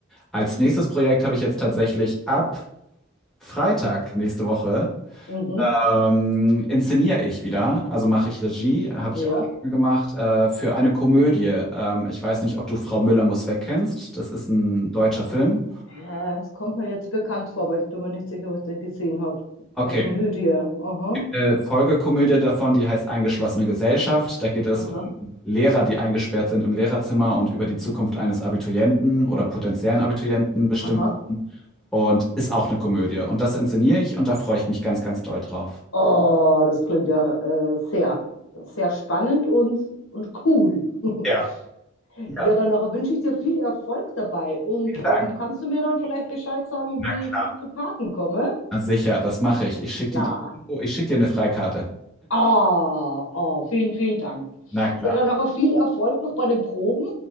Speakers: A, in the centre; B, on the left.
A: als nächstes Projekt habe ich jetzt tatsächlich ab Freitag nächste Woche
B: mhm,
A: ähm, inszeniere ich wieder, also mache ich Regie, habe
B: ja.
A: ich auch schon gemacht, äh, für eine Komödie. Ähm, ich weiß nicht, ob du Frau Müller muss weg kennst. Das ist ein deutscher Film.
B: Äh, Es kommt mir jetzt bekannt vor, aber ich bin mir nicht sicher, ob ich den gesehen habe.
A: Okay,
B: Eine Komödie. Aha,
A: eine Folgekomödie davon, die heißt Eingeschlossene Gesellschaft. Da geht es
B: aha,
A: um Lehrer, die eingesperrt sind im Lehrerzimmer und über die Zukunft eines Abiturienten oder potenziellen Abiturienten bestimmen.
B: aha.
A: Und ist auch eine Komödie. Und das inszeniere ich und da freue ich mich ganz, ganz doll drauf.
B: Oh, das klingt ja äh, sehr, sehr spannend und, und cool. <laughs>
A: Ja, ja,
B: Ja, dann nachher wünsche ich dir viel Erfolg dabei. Und
A: vielen Dank.
B: ähm, kannst du mir dann vielleicht Bescheid sagen,
A: Na
B: wie
A: klar.
B: ich zu Karten komme?
A: Na sicher, das mache ich. Ich schicke
B: Ja.
A: dir die, oh, ich schick dir eine Freikarte.
B: Ah, ah, vielen, vielen Dank.
A: Na klar.
B: Ja, dann nachher viel Erfolg noch bei den Proben